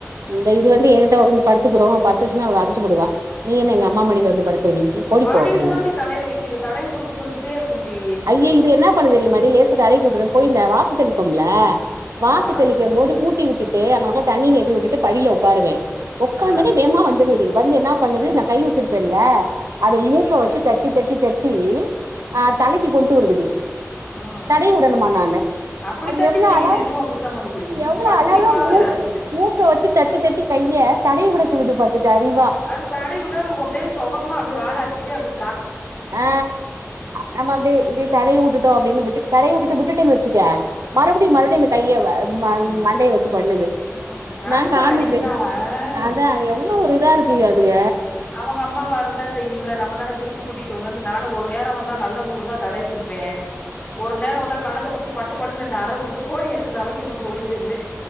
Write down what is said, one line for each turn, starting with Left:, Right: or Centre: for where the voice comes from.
Right: இந்த இது வந்து ஏன்ட வந் படுத்துகுடு படுத்துருச்சுன்னா அவ அடிச்சு
Left: ஆ
Right: போடுவா நீ என்ன
Left: ம்
Right: எங்க அம்மா மடில வந்து படுக்கற நீங்கி ஓடிப்போ
Left: மடியில
Right: அப்படின்னு
Left: தாண்டி தலைய வைக்குது தடவி குடுக்க சொல்லிக்கிட்டே இருக்கும்டி
Right: ஐயே இது என்னா பண்ணுது தெரியுமாடி லேச தரை கூட்றபோய் இருந்த வாச தேலி ப்போம்ல
Left: ஆமா
Right: வாச தெளிக்கும் போது கூட்டி விட்டுட்டு அந்த பக்கம் தண்ணி நிறுத்தி விட்டுட்டு படியில உக்காருவே உக்காந்தனே
Left: ஆ
Right: வேகமா வந்துருது வந்து என்ன பண்ணுது
Left: ஆ
Right: நா கை வச்சிருப்பேன்ல்ல
Left: ம்
Right: அது மூக்க வச்சு த தட்டி தட்டி தட்டி
Left: ம்
Right: ஆ தலைக்கு கொண்டு வருதுடி
Left: ம்
Right: தடைவி விடணுமா நா
Left: அப்படித்தாண்டி
Right: அது எவ்ளோ
Left: செய்யுது
Right: அழ
Left: இதுவு அப்படித்தா பண்ணுது ம்
Right: எவ்ளோ
Left: பா
Right: அழகா
Left: சிரிப்பா
Right: மூக்
Left: வேற இருக்குது
Right: மூக் க வச்சு தட்டி தட்டி கைய
Left: ம்
Right: தடவி வுட சொல்லுது பாத்துக்க அறி
Left: அது தடவி வுட்டா அப்டியே சொகமா அப்டியே வாழாட்டிக்கிட்டே அப்டி
Right: அ நம்ம அப்டியே இப்டி தடவி வுட்டுட்டோ அப்டி விட்டு தட
Left: ம்
Right: விட்டுட்டு விட்டுட்டோன்னு வச்சுக்க மறுபடியு
Left: ம்
Right: மறுபடியு அந்த கைய
Left: ம்
Right: மண் மண்டைய வச்சு பண்ணுது
Left: ம்
Right: நான்
Left: அதுக்கு
Right: காமிப்பே
Left: அறிவுதா
Right: அதா
Left: ஆ
Right: எவ்ளோ ஒரு இதா இருக்குக அதுக
Left: அவங்க அம்மாவா இருந்தா செய்யும்ல நம்ம தானே பிரிச்சு கூட்டிட்டு வந்தட்டு நானு ஒரு நேரொ வந்தா நல்ல மூடு இருந்தா தடவி குடுப்பே ஒரு நேரொ வந்த கண்ணத்த புடிச்சி பட்டு பட்டு ரெண்டு அர வுட்டுட்டு போடி எனக்கு சமைக்குணுட்டு ஓடி போய்ருவே